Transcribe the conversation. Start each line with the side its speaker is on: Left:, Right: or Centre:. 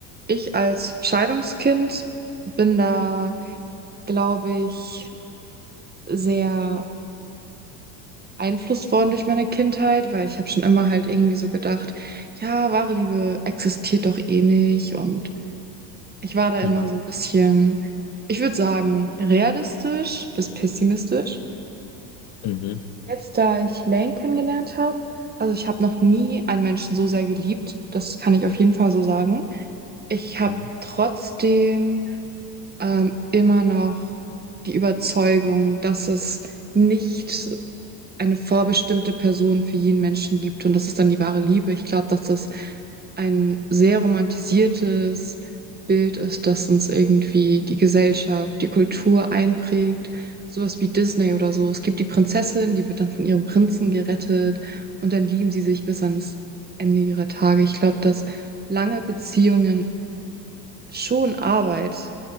Right: ich als Scheidungskind bin da, glaube ich, sehr beeinflusst worden durch meine Kindheit, weil ich habe schon immer halt irgendwie so gedacht, ja, wahre Liebe existiert doch eh nicht und Ich war da
Left: sein?
Right: immer
Left: Mhm.
Right: so ein bisschen, ich würde sagen, realistisch bis pessimistisch.
Left: Mhm.
Right: Jetzt, da ich Lane kennengelernt habe, also ich habe noch nie einen Menschen so sehr geliebt, das kann ich auf jeden Fall so sagen. Ich habe
Left: Mhm.
Right: trotzdem ähm, immer noch die Überzeugung, dass es nicht eine vorbestimmte Person für jeden Menschen gibt und das ist dann die wahre Liebe. Ich glaube, dass das ein sehr romantisiertes Bild ist, das uns irgendwie die Gesellschaft, die Kultur einprägt. Sowas wie Disney oder so. Es gibt die Prinzessin, die wird dann von ihrem Prinzen gerettet und dann lieben sie sich bis ans Ende ihrer Tage. Ich glaube, dass lange Beziehungen schon Arbeit